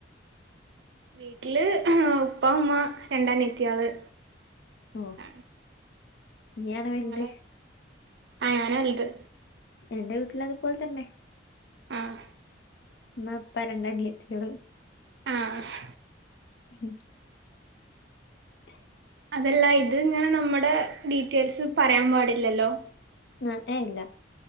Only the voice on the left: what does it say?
ഓ
നീയാണ് വലുത്
എന്റെ വീട്ടിൽ അതുപോലെ തന്നെ
മ്മ പ്പ രണ്ട് അനിയത്തിയാള്
ഉം <inaudible>
എ ഏഹ് ഇല്ല